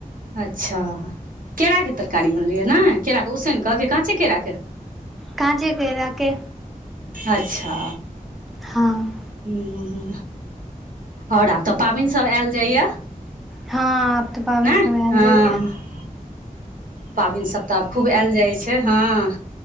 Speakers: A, on the right (about 70°); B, in the centre.
A: अच्छा केराके तरकारी बनलैए ने केराके उसन कऽ की काॅंचे केराके
B: काॅंचे केराके
A: अच्छा
B: हाँ
A: ह्म ओर आब तऽ पाबनसब आयल जाइए
B: हाँ आब तऽ पावन
A: ने
B: के समय आयल
A: हँ पाबनि सब खूब आयल जाई छै हाँ